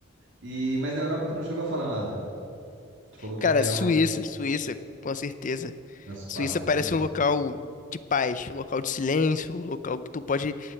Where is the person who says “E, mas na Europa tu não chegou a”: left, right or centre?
Right